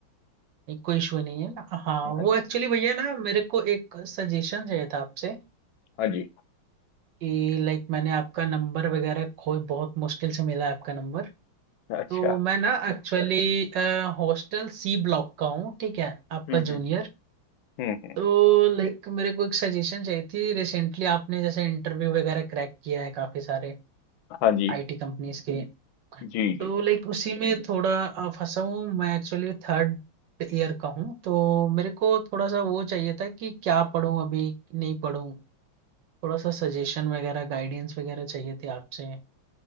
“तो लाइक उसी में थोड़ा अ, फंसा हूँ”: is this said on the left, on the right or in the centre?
Right